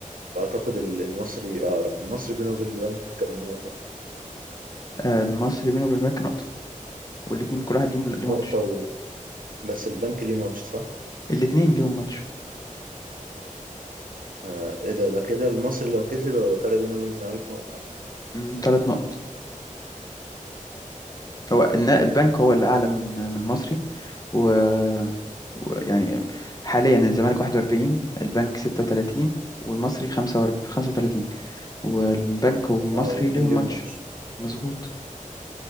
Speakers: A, on the right; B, on the left.
A: فأعتقد ال- المصري أقرب المصري بينه وبين البنك كام نقطة
B: آه، المصري بينه وبين البنك نقطة والاتنين كل واحد ليهم ليه
A: نقطة
B: ماتش
A: و... بس البنك ليه ماتش صح؟
B: الاتنين ليهم ماتش
A: آه إيه ده ده كده المصري لو كسب يبقى الفرق بينه وبين الزمالك نقطة
B: مم، تلات نقط هو الن- البنك هو اللي أعلى من من المصري و ويعني حاليا الزمالك 41 البنك 36 والمصري 45 35 والبنك والمصري
A: اه والاتنين
B: ليهم
A: ليهم
B: ماتش
A: ماتش
B: مظبوط